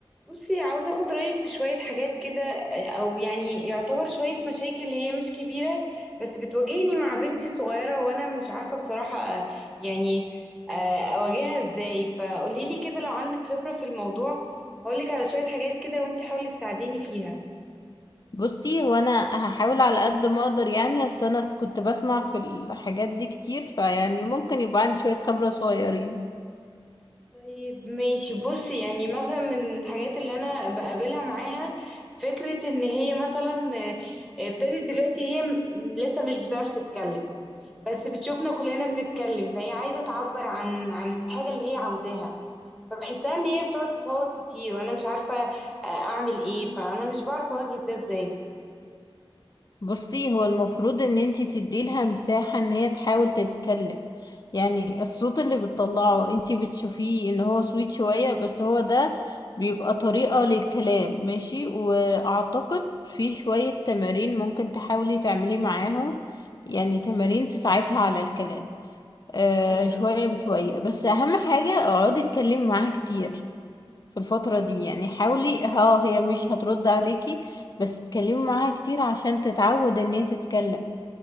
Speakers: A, in the centre; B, on the left.
A: بصي عاوزة اخد رأيك في شوية حاجات كده او يعني يعتبر شوية مشاكل هي مش كبيرة بس بتواجهني مع بنتي الصغيرة وانا مش عارفة بصراحة آه، يعني آه، اواجهها ازاي فقوليلي كده لو عندك خبرة في الموضوع هقولك على شوية حاجات كده وانتي حاولي تساعديني فيها
B: بصي هو انا هحاول على قد ما اقدر يعني اصل انا س- كنت بسمع في الحاجات دي كتير فيعني ممكن يبقى عندي شوية خبرة صغيرين
A: طيب ماشي بصي يعني مثلا من الحاجات اللي انا بقابلها معاها فكرة ان هي مثلا آه، ابتدت دلوقتي هي م- لسه مش بتعرف تتكلم بس بتشوفنا كلنا بنتكلم فهي عايزة تعبر عن عن الحاجة اللي هي عاوزاها فبحسها ان هي بتقعد تصوت كتير وانا مش عارفة آه، اعمل ايه فانا مش بعرف اواجه ده ازاي
B: بصي هو المفروض ان انتي تديلها مساحة ان هي تحاول تتكلم يعني الصوت اللي بتطلعه انتي بتشوفيه ان هو سويت شوية بس هو ده بيبقى طريقة للكلام ماشي واعتقد في شوية تمارين ممكن تحاولي تعملي معاهم يعني تمارين تساعدها على الكلام آه
A: ايوه
B: شوية بشوية بس أهم حاجة اقعدي اتكلمي معاها كتير في الفترة دي يعني حاولي ها هي مش هترد عليكي بس اتكلمي معاها كتير عشان تتعود ان هي تتكلم